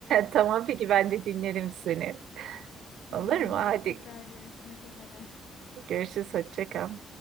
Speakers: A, on the right (about 75°); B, on the left (about 75°).
A: Tamam peki ben de dinlerim seni.
B: Tamamdır.
A: Olur mu? Hadi
B: Tekrar görüşmek üzere.
A: Görüşürüz. Hoşça kal.